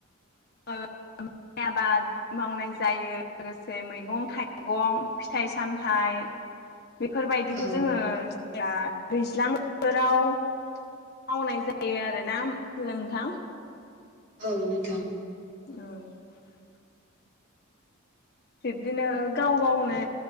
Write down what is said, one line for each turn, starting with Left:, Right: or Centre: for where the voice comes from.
Left: ओ <unintelligible> मावनाय जायो लोगोसे मैगं थाइगं फिथाइ सामथाइ बेफोरबायदिखौ
Right: औ
Left: जोङो या दैज्लां बोथोराव मावनाय जायो आरो। नाम नोंथां
Right: औ नोंथां।
Left: औ बिब्दिनो गाव गावनो